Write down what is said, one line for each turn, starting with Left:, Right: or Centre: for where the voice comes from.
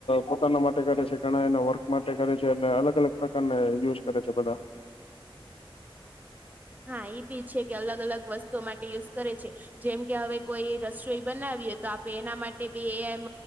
Left: પોતાના માટે કરે છે ઘણા એના વર્ક માટે કરે છે એટલે અલગ અલગ પ્રકારના યુઝ કરે છે બધા
Right: હા એ બી છે કે અલગ અલગ વસ્તુઓ માટે યુઝ કરે છે. જેમ કે હવે કોઈ રસોઈ બનાવીએ તો આપે એના માટે બી એમ